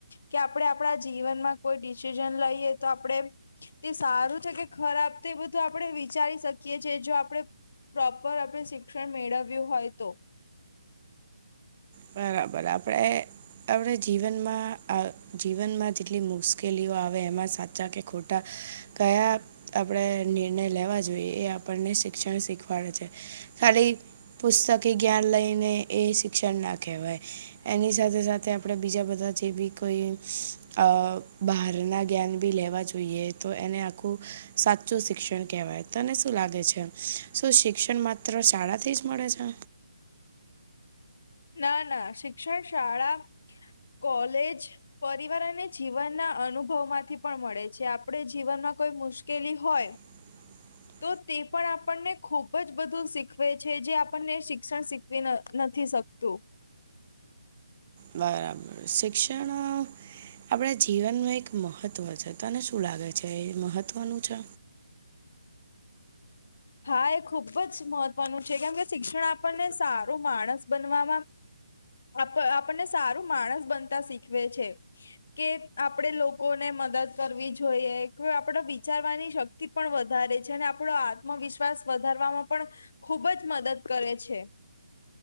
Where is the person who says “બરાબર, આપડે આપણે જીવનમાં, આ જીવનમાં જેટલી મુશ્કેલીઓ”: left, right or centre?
Right